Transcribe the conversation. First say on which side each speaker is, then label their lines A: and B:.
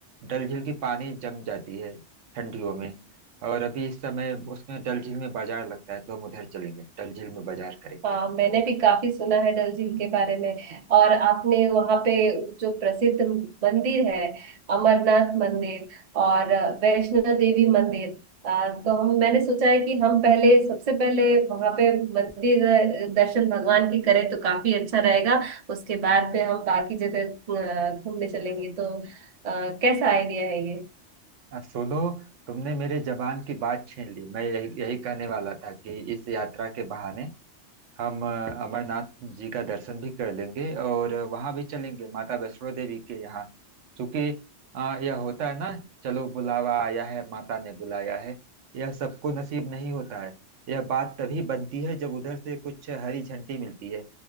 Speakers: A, on the right; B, on the right.
A: डल झील की पानी जम जाती है ठंडियों में और अभी इस समय उसमें डल झील में बाजार लगता है तो हम उधर चलेंगे डल झील में बाजार करेंगे
B: हाँ मैंने भी काफी सुना है डल झील के बारे में और आपने वहाँ पे जो प्रसिद्ध मंदिर है अमरनाथ मंदिर और वैष्णो देवी मंदिर आ, तो हम मैंने सोचा है कि हम पहले सबसे पहले वहाँ पे मंदिर दर्शन भगवान की करें तो काफी अच्छा रहेगा उसके बाद में हम बाकी जगह अ, घूमने चलेंगे तो अ, कैसा आइडिया है ये
A: अब सुनो तुमने मेरे जबान की बात छीन ली मैं यही यही कहने वाला था कि इस यात्रा के बहाने हम अ, अमरनाथ जी का दर्शन भी कर लेंगे और वहां भी चलेंगे माता वैष्णो देवी के यहाँ क्योंकि अ, यह होता है ना चलो बुलावा आया है माता ने बुलाया है यह सबको नसीब नहीं होता है यह बात तभी बनती है जब उधर से कुछ हरी झंडी मिलती है